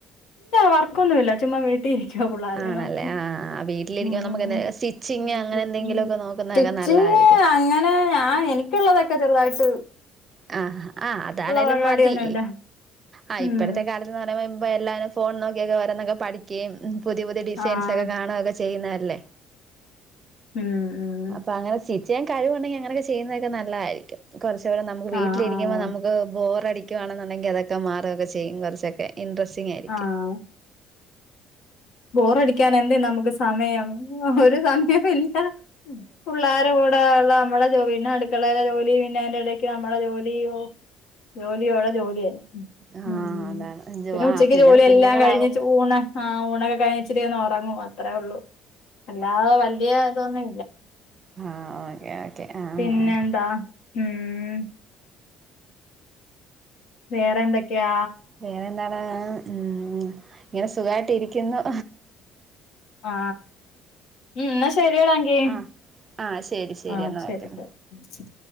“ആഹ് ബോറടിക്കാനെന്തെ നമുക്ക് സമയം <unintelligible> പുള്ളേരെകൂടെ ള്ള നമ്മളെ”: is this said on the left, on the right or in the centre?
Left